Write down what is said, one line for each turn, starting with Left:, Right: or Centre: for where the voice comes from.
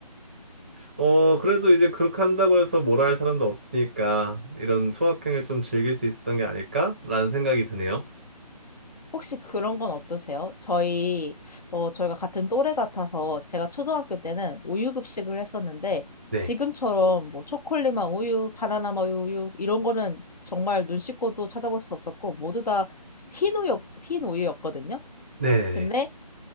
Right: 어 그래도 이제 그렇게 한다고 해서 뭐라 할 사람도 없으니까 이런 소확행을 좀 즐길 수 있었던 게 아닐까라는 생각이 드네요.
Left: 혹시 그런 건 어떠세요? 저희 어 저희가 같은 또래 같아서 제가 초등학교 때는 우유 급식을 했었는데
Right: 네,
Left: 지금처럼 뭐 초콜릿맛 우유, 바나나 맛 우유 이런 거는 정말 눈 씻고도 찾아볼 수 없었고 모두 다 흰 우유 흰 우유였거든요.
Right: 네네네.
Left: 근데